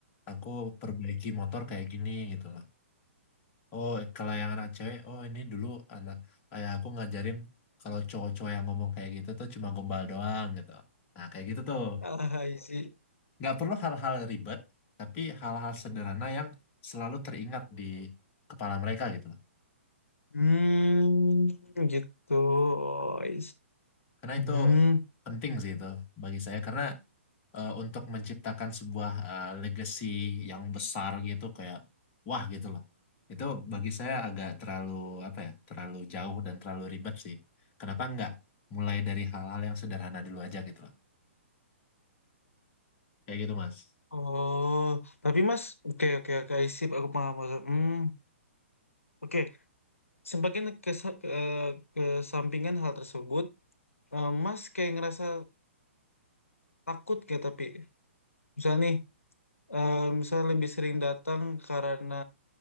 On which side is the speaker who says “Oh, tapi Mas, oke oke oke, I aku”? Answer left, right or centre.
Left